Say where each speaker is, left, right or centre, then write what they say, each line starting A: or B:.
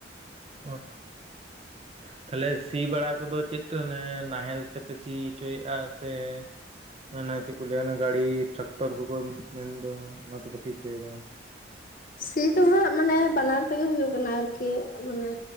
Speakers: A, on the right (about 30°); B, on the left (about 45°).
A: ᱚ ᱛᱟᱦᱚᱞᱮ ᱥᱤ ᱵᱟᱲᱟ ᱠᱚᱫᱚ ᱪᱮᱫ ᱚᱱᱮ ᱱᱟᱦᱮᱞ ᱛᱮᱯᱮ ᱥᱤ ᱦᱚᱪᱚᱭᱮᱜ-ᱟ ᱥᱮ ᱢᱟᱱᱮ ᱪᱮᱫ ᱠᱚ ᱞᱟᱹᱭᱟ ᱚᱱᱟ ᱜᱟᱹᱲᱤ ᱴᱟᱠᱴᱚᱨ ᱠᱚᱠᱚ ᱢᱮᱱ ᱫᱚ ᱚᱱᱟ ᱛᱮᱯᱮ ᱥᱤ ᱪᱚᱭ ᱫᱟ
B: ᱥᱤ ᱫᱚ ᱦᱟᱸᱜ ᱢᱟᱱᱮ ᱵᱟᱱᱟᱨ ᱛᱮᱜᱮ ᱦᱩᱭᱩᱜ ᱠᱟᱱᱟ ᱟᱨᱠᱤ ᱢᱟᱱᱮ